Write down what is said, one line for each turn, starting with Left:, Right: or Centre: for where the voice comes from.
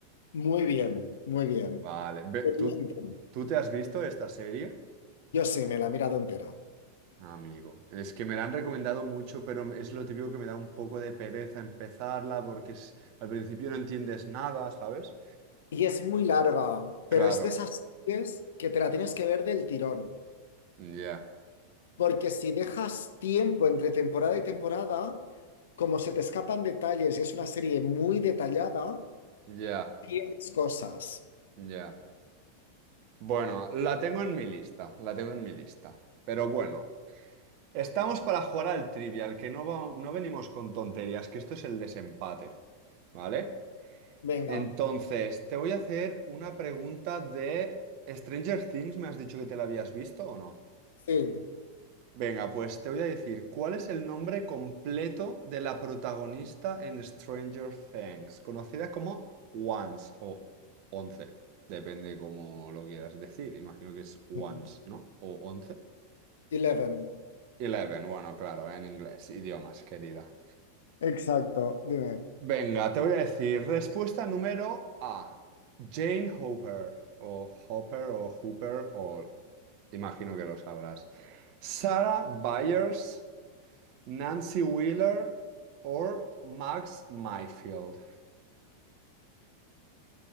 Left: Muy bien, muy bien.
Right: Vale, ve-
Left: Poniente.
Right: ¿tú, tú te has visto esta serie?
Left: Yo sí, me la he mirado entera.
Right: Amigo, es que me la han recomendado mucho, pero es lo típico que me da un poco de pereza empezarla porque es, al principio no entiendes nada, ¿sabes?
Left: Y es muy larga, pero
Right: Claro,
Left: es de esas series que te la tienes que ver del tirón.
Right: ya,
Left: Porque si dejas tiempo entre temporada y temporada, como se te escapan detalles y es una serie muy detallada,
Right: ya,
Left: pierdes cosas.
Right: ya. Bueno, la tengo en mi lista, la tengo en mi lista. Pero bueno, estamos para jugar al trivial, que no, va- no venimos con tonterías, que esto es el desempate, ¿vale?
Left: Venga,
Right: Entonces, te voy a hacer una pregunta de Stranger Things, ¿me has dicho que te la habías visto o no?
Left: sí.
Right: Venga, pues te voy a decir, ¿cuál es el nombre completo de la protagonista en Stranger Things? Conocida como Once o Once, depende cómo lo quieras decir. Imagino que es Once,
Left: Ujú.
Right: ¿no? O Once.
Left: Eleven.
Right: Eleven, bueno, claro, en inglés, idiomas, querida.
Left: Exacto, dime.
Right: Venga, te voy a decir, respuesta número A, Jane Hopper, o Hopper, o Hooper, o imagino que lo sabrás. Sarah Byers. Nancy Wheeler o Max Mayfield.